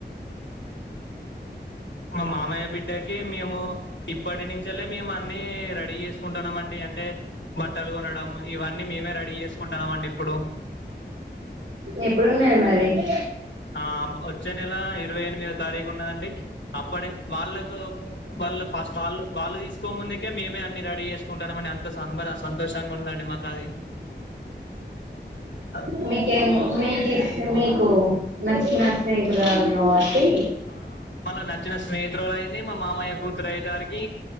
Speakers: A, on the left; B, on the right.
A: మా మామ్ మయ్య బిడ్డకి మేము ఇప్పటి నుంచలే మేము ముందునే రెడీ చేసుకుంటాన్నాం అండి అంటే బట్టలు కొనడం ఇవన్నీ అన్ని మేమే రెడీ చేసుంటన్నాం అండి ఇప్పుడు
B: ఎప్పుడున్నది మ్యారేజ్
A: ఆ వచ్చే నెల ఇరవై ఎనిమిదో తారీఖు ఉన్నదండి అప్పటి వాళ్ళకు వాళ్ళ ఫస్ట్ వాళ్ళు వాళ్ళు తీసుకో ముందుకే మేమే అన్ని రెడీ చేసుకుంటాన్నాం అని అంత సంబర సంతోషంగా ఉందండి మాకు అది ఆ
B: మీకేం మీకి మీకు నచ్చిన స్నేహితురాలు కాబట్టి
A: ఆ మళ్ళ నచ్చిన స్నేహితులు అయింది మా మామయ్య కూతురు అయిందానికి